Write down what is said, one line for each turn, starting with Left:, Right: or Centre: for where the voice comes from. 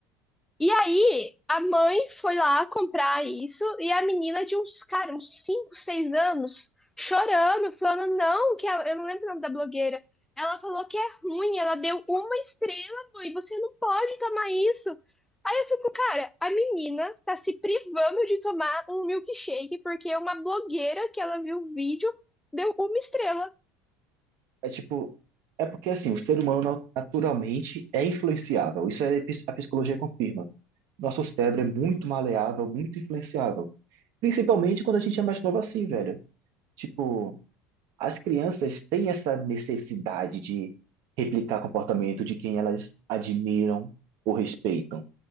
Centre: E aí, a mãe foi lá comprar isso e a menina de uns, cara, uns 5 6 anos, chorando, falando, não, que ela- eu não lembro o nome da blogueira. Ela falou que é ruim, ela deu uma estrela, mãe, você não pode tomar isso. Aí eu fico, cara, a menina tá se privando de tomar um milkshake porque uma blogueira que ela viu o vídeo deu uma estrela.
Right: É tipo, é porque assim, o ser humano naturalmente é influenciável. Isso é, pis- a psicologia confirma. Nosso cérebro é muito maleável, muito influenciável. Principalmente quando a gente é mais novo assim, velho. Tipo, as crianças têm essa necessidade de replicar comportamento de quem elas admiram ou respeitam.